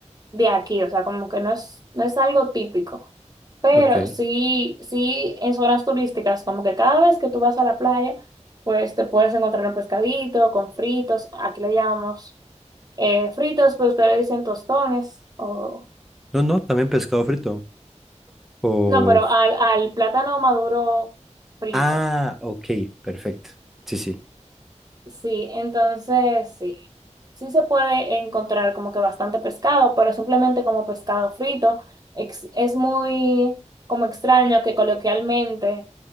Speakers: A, on the right; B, in the centre.
A: de aquí, o sea, como que no es, no es algo típico. Pero
B: Ok.
A: sí, sí, en zonas turísticas, como que cada vez que tú vas a la playa, pues te puedes encontrar un pescadito con fritos, aquí le llamamos eh, fritos, pero ustedes le dicen tostones, o...
B: No, no, también pescado frito. O...
A: No, pero al, al plátano maduro frito.
B: Ah, ok, perfecto. Sí, sí.
A: Sí, entonces sí, sí se puede encontrar como que bastante pescado, pero simplemente como pescado frito. Ex- es muy como extraño que coloquialmente